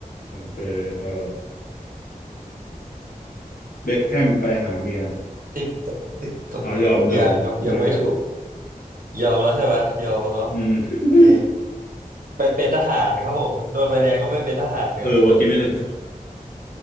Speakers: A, on the left; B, on the right.
A: โอเคเอ่อเบ็คแฮมไปหาเมีย
B: <laughs> ติ๊กตอกติ๊กตอก
A: เอายอมยอมไม่ไหว
B: ยังครับยังไม่ถูกยอมแล้วใช่ไหมยอมแล้วเนาะ
A: อืม
B: โอเคไปเป็นทหารครับผมโดนใบแดงก็ไปเป็นทหารครับ
A: เออว่ากินไม่ถึง